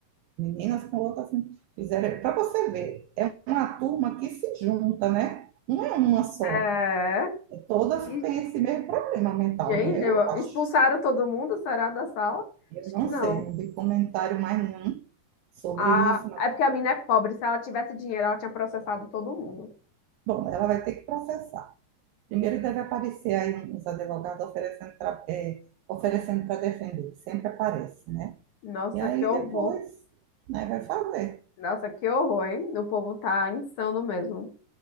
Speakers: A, on the right; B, on the left.
A: Meninas com outras assim, fizeram. Para você ver, é uma turma que se junta, né? Não é uma só.
B: É.
A: É Todas
B: E,
A: têm esse mesmo problema mental,
B: Gente,
A: né?
B: eu-
A: Eu acho.
B: expulsaram todo mundo, será, da sala?
A: Eu
B: Acho
A: não
B: que não.
A: sei, não vi comentário mais nenhum sobre
B: Ah,
A: isso,
B: é porque a mina é pobre. Se ela tivesse dinheiro, ela tinha processado todo mundo.
A: Bom, ela vai ter que processar. Primeiro deve aparecer aí uns advogados oferecendo para é, oferecendo para defender, que sempre aparece, né?
B: Nossa,
A: E aí
B: que horror.
A: depois, né, vai fazer.
B: Nossa, que horror, hein? O povo tá insano mesmo.